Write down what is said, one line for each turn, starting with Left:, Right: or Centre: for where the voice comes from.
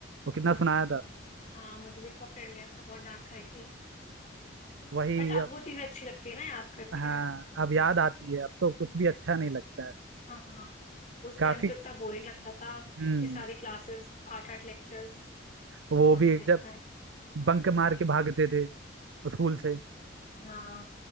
Right: वो कितना सुनाया था
Left: हाँ मुझे भी पकड़ लिया था बहुत डांट खाई थी
Right: वही
Left: बट अब
Right: अब
Left: वो चीज अच्छी लगती है ना याद करके
Right: हाँ अब याद आती है अब तो कुछ भी अच्छा नहीं लगता है
Left: हाँ उस
Right: काफी
Left: टाइम तो इतना बोरिंग लगता था
Right: हम्म
Left: इतनी सारी क्लासेस आठ आठ लेक्चर्स
Right: वो
Left: कौन
Right: भी
Left: ही
Right: जब
Left: देख पाए
Right: बंक मार के भागते थे स्कूल से
Left: हाँ